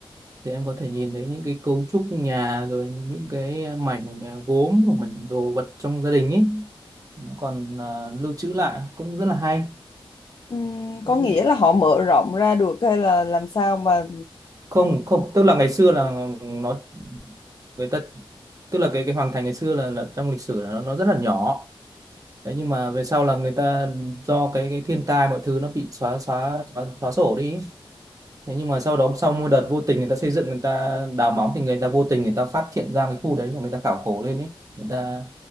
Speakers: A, on the right (about 35°); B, on the left (about 50°).
A: thì em có thể nhìn thấy những cái cấu trúc nhà rồi những cái mảnh à, gốm hoặc mảnh đồ vật trong gia đình ấy nó còn à, lưu trữ lại cũng rất là hay
B: Ừ,
A: đấy
B: có nghĩa là họ mở rộng ra được hay là làm sao mà
A: không không tức là ngày xưa là nó người ta tức là cái cái hoàng thành ngày xưa là, là trong lịch sử là nó, nó rất là nhỏ Đấy, nhưng mà về sau là người ta do cái cái thiên tai mọi thứ nó bị xóa xóa xóa, xóa sổ đi Thế nhưng mà sau đó sau một đợt vô tình người ta xây dựng người ta đào móng thì người ta vô tình người ta phát hiện ra cái khu đấy và người ta khảo cổ lên ấy người ta